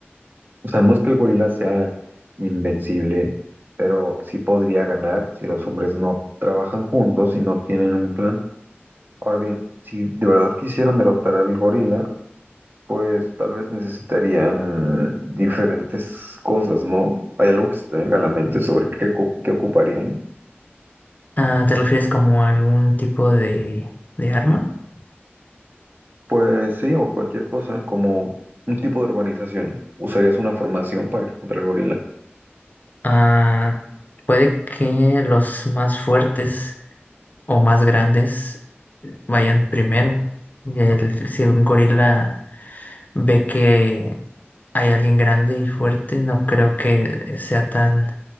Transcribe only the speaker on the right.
O sea, no es que el gorila sea invencible, pero sí podría ganar si los hombres no trabajan juntos y no tienen un plan. Ahora bien, si de verdad quisieran derrotar al gorila, Pues tal vez necesitarían diferentes cosas, ¿no? ¿Hay algo que se te venga a la mente sobre qué, ocu- qué ocuparían?
Pues sí, o cualquier cosa, como un tipo de organización. ¿Usarías una formación para ir contra el gorila?